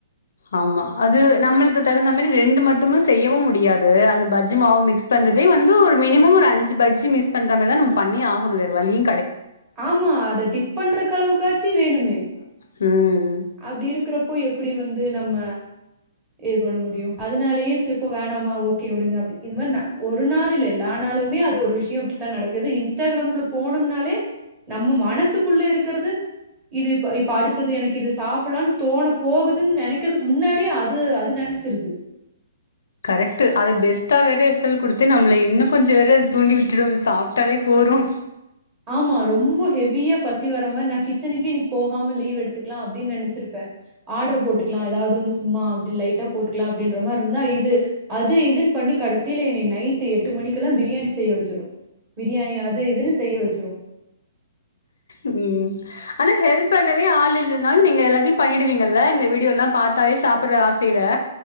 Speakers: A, on the left (about 75°); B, on the right (about 25°).
A: ஆமா அது நம்மளுக்கு தகுந்த மாரி ரெண்டு மட்டுமா செய்யவும் முடியாது அந்த பஜ்ஜ மாவு மிக்ஸ் பண்றதே வந்து ஒரு மினிமம் ஒரு அஞ்சு பஜ்ஜ மிகஸ் பண்ற மாதிரிதான் நம்ம பண்ணி ஆகணும் வோரவலியே
B: ஆமா அத டிப் பண்றக்களவுக்கு எதுகட்சி வேணுமோ
A: ஹம்
B: அப்படி இருக்கிறப்போ எப்படி வந்து நம்ம இது பண்ண முடியும் அதனாலயே சிற்ப்பம் வேணாமா ஓகே விடுங்க அப்படின்னு இது மாரி ஒரு நாள் இல்ல எல்லா நாளுமே அது ஒரு விஷயம் இப்படித்தான் நடக்குது இன்ஸ்டாகிராமக்குள்ள போனம்னாலே நம்ம மனசுக்குள்ள இருக்கிறது இது இப்ப இப்ப அடுத்தது எனக்கு இது சாப்பிடலான்னு தோண போகுதுன்னு நினைக்கறதுக்கு முன்னாடியே அது அது நினைச்சிருது
A: கரெக்ட் அதை பெஸ்ட்டா வேற ரிசல்கொடுத்து நம்மள இன்னும் கொஞ்சம் வேற தூண்டி விட்டுடும் சாப்ட்டாலே போறும்
B: ஆமா ரொம்ப ஹெவியா பசி வர்ற மாரி நான் கிச்சனுக்கே இன்னைக்கு போகாம லீவ் எடுத்துக்கலாம் அப்டின்னு நெனைச்சிருப்பேன் ஆர்டர் போட்டுக்கலாம் ஏதாவது ஒண்ணு சும்மா அப்டி லைட்டா போட்டுக்கலாம் அப்டின்ற மாரி இருந்தா இது அது இதுன்னு பண்ணி கடைசியல என்ன நைட் எட்டு மணிக்கெல்லாம் பிரியாணி செய்ய வச்சிரும் பிரியாணி அது இதுன்னு செய்ய வச்சு துரு
A: உம் ஆனா ஹெல்ப் பண்ணவே ஆள் இல்னாலும் நீங்க எல்லாத்தையும் பண்ணிடுவீங்கல்ல இந்த வீடியோ எல்லாம் பார்த்தாலே சாப்பிடுற ஆசையில்லா